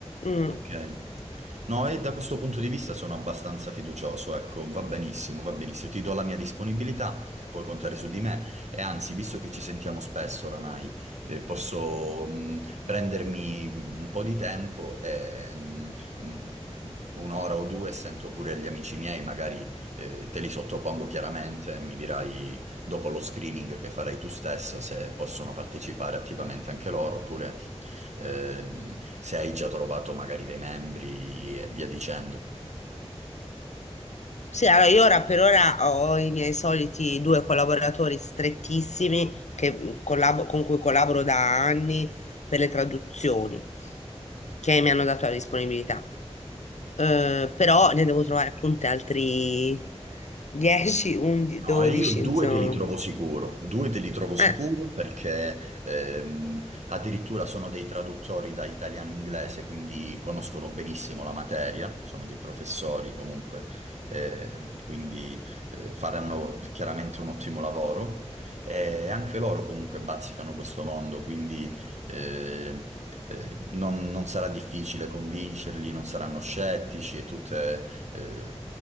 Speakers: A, on the left; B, on the right.
A: Mm.
B: Ok. No, e da questo punto di vista sono abbastanza fiducioso, ecco, va benissimo, va benissimo. Ti do la mia disponibilità, puoi contare su di me e anzi, visto che ci sentiamo spesso oramai, eh, posso mh, prendermi un po' di tempo e mh, mh, un'ora o due sento pure gli amici miei, magari eh, te li sottopongo chiaramente, mi dirai dopo lo screening che farai tu stesso se possono partecipare attivamente anche loro oppure ehm, se hai già trovato magari dei membri e via dicendo.
A: Sì, allora io ora per ora ho i miei soliti due collaboratori strettissimi che, mm, collabo- con cui collaboro da anni per le traduzioni che mi hanno dato la disponibilità. Eh, però ne devo trovare appunto altri 10, 11,
B: No,
A: 12,
B: e io due
A: insomma.
B: te li trovo sicuro, due te li trovo sicuro
A: Eh,
B: perché ehm, addirittura sono dei traduttori da italiano-inglese, quindi conoscono benissimo la materia, sono dei professori comunque, eh, quindi eh, faranno chiaramente un ottimo lavoro e anche loro comunque bazzicano questo mondo, quindi eh, eh, non, non sarà difficile convincerli, non saranno scettici e tutte... eh,